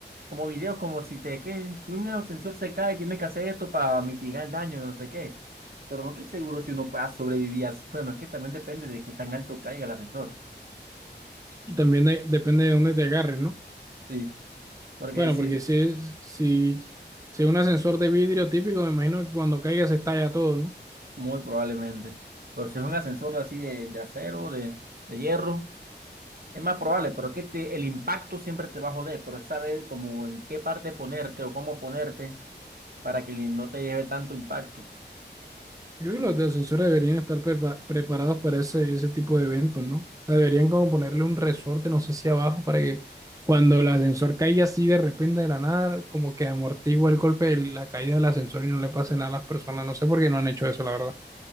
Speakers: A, on the right; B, on the right.
A: como videos como si te, que, si un ascensor se cae, tienes que hacer esto para mitigar el daño, no sé qué. Pero no estoy seguro si uno pueda sobrevivir. a- Bueno, es que también depende de qué tan alto caiga el ascensor.
B: y también de- depende de dónde te agarren, ¿no?
A: Sí. Porque
B: Bueno,
A: si,
B: porque si es, si, si es un ascensor de vidrio típico, me imagino que cuando caiga se estalla todo, ¿no?
A: Muy probablemente. Pero si es un ascensor así de, de acero, de, de hierro, es más probable, pero es que te- el impacto siempre te va a joder, pero es saber como en qué parte ponerte o cómo ponerte para que li- no te lleve tanto impacto.
B: Creo que los de ascensor deberían estar prepa- preparados para ese, ese tipo de eventos, ¿no? O sea, deberían como ponerle un resorte, no sé si abajo, para que cuando el ascensor caiga así de repente de la nada, como que amortigua el golpe de la caída del ascensor y no le pase nada a las personas. No sé por qué no han hecho eso, la verdad.